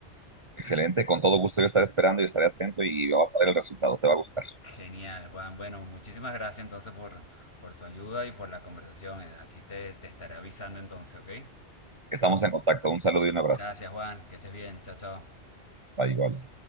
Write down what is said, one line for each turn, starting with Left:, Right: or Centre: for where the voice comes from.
Right: Excelente, con todo gusto yo estaré esperando y estaré atento y vas a ver el resultado, te va a gustar.
Left: Genial, Juan. Bueno, muchísimas gracias entonces por, por tu ayuda y por la conversación. Así te, te estaré avisando entonces, ¿ok?
Right: Estamos en contacto, un saludo y un abrazo.
Left: Gracias, Juan. Que estés bien. Chao, chao.
Right: Ah, igual.